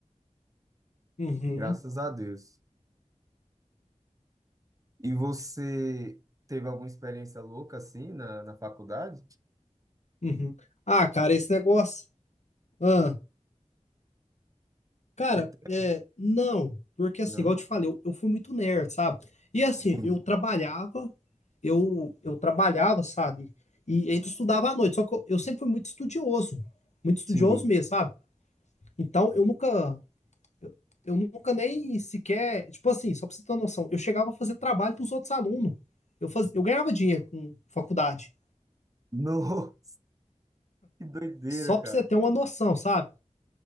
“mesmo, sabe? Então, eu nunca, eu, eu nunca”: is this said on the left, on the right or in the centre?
Left